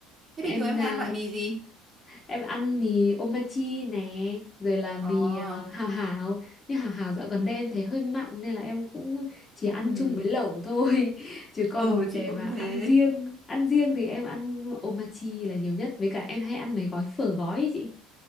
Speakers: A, on the right; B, on the left.
A: Thế
B: Em
A: bình thường em hay
B: à,
A: ăn loại mì gì?
B: Em ăn mì omachi nè, rồi là mì
A: Ờ,
B: ờ, hào hào. Nhưng hào hào dạo gần đây em thấy hơi mặn nên là em cũng chỉ ăn
A: ừ.
B: chung với lẩu thôi. <laughs> Chứ còn
A: Ừ, chị
B: để
A: cũng
B: mà ăn
A: thế.
B: riêng, ăn riêng thì em ăn omachi là nhiều nhất. Với cả em hay ăn mấy gói phở gói ấy chị.